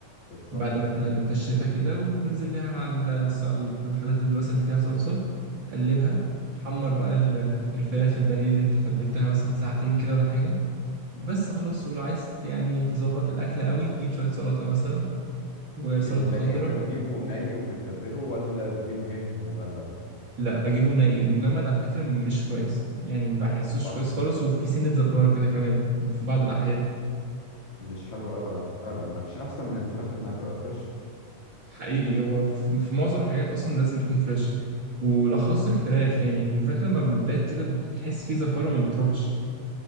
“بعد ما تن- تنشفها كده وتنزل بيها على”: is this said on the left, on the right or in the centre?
Right